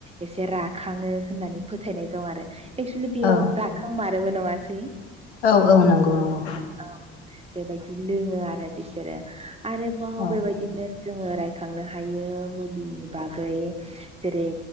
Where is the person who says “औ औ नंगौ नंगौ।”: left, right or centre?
Left